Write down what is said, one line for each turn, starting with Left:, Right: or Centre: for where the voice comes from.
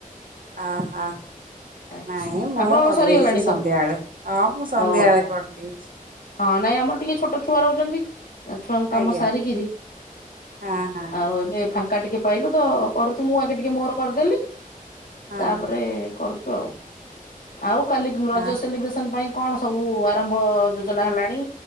Right: ହଁ ହଁ।
Left: ଆଚ୍ଛା
Right: ନାଇଁ ମୁଁ
Left: ଆପଣଙ୍କର
Right: କରିଦେଇଛି
Left: ସରିଗଲାଣି
Right: ସନ୍ଧ୍ୟାବେଳେ
Left: ସବୁ
Right: ହଁ ମୁଁ ସନ୍ଧ୍ୟାବେଳେ
Left: ଓହୋ।
Right: କରିଦେଇଛି।
Left: ହଁ ନାଇଁ ଆମର ଟିକେ ଛୋଟ ଛୁଆ ରହୁଛନ୍ତି। ଛୁଆଙ୍କ କାମ
Right: ଆଜ୍ଞା
Left: ସାରିକିରି
Right: ହଁ ହଁ
Left: ଆଉ ଏବେ ଫା ଙ୍କା ଟିକେ ପାଇଲୁ ତ କରୁଛୁ ମୁଁ ଆଗେ ଟିକେ ମୋର କରିଦେଲି।
Right: ହଁ
Left: ତାପରେ କରୁଛୁ ଆଉ ଆଉ କାଲି ରଜ
Right: ହଁ
Left: ସେଲିବ୍ରେସନ ପାଇଁ କଣ ସବୁ ଆରମ୍ଭ ଯୋଜନା ହେଲାଣି